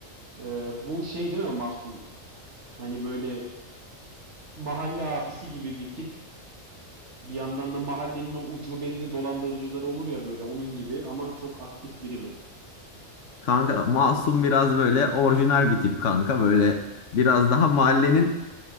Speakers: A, on the right (about 60°); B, on the left (about 70°).
A: Ee, bu şey değil mi Mahsun? Hani böyle mahalle abisi gibi bir tip. Bir yandan da mahallenin o ucubeleri dolandırıcıları olur ya böyle onun gibi ama çok aktif biri mi?
B: Kanka Masum biraz böyle orijinal bir tip kanka. Böyle biraz daha mahallenin